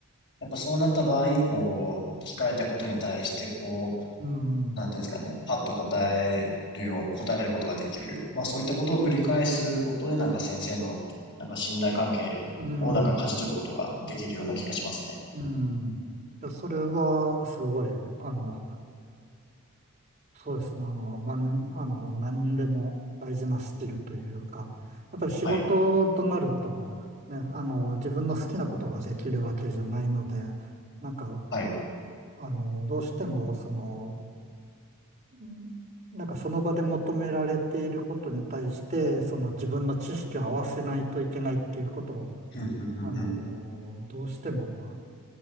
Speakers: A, on the left (about 55°); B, on the right (about 35°).
A: やっぱそうなった場合に、こう、聞かれたことに対して、こう、
B: うん、うん、
A: なんていうんですかね、パッと答えるよう、答えることができる。まあそういったことを繰り返すことで、なんか先生の、なんか信頼関係をなんか勝ち取ることができるような気がしますね。
B: うん、うん。いや、それは、すごい、あの、そうですね、あの、なん、あの、何でも大事なスキルというか、やっぱり仕事となると、
A: はい。
B: ね、あの、自分の好きなことができるわけじゃないので、なんか、
A: はい。
B: あの、どうしても、その、うんなんかその場で求められていることに対して、その自分の知識を合わせないといけないっていうことを
A: <laughs> ふんふんふんふん
B: あの、どうしても、